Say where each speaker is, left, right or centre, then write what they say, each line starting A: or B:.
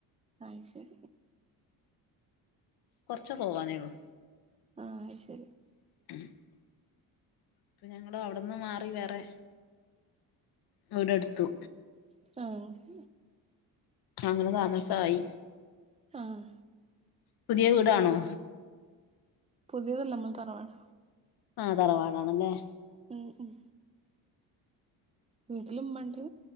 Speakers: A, on the right (about 15°); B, on the left (about 65°).
A: അയ്ശരി
B: കുറച്ച് പോവാനേള്ളൂ
A: ആഹ് ശരി
B: <unintelligible> ഇപ്പൊ ഞങ്ങ അവിടെന്ന് മാറി വേറെ വീടെടുത്തു
A: ആഹ്
B: അങ്ങനെ താമസായി
A: ആഹ്
B: പുതിയ വീടാണോ
A: പുതിയതല്ലമ്മൾ തറവാണ്
B: ആഹ തറവാടാണല്ലേ
A: ഉം ഉം വീട്ടില് മ്മണ്ട്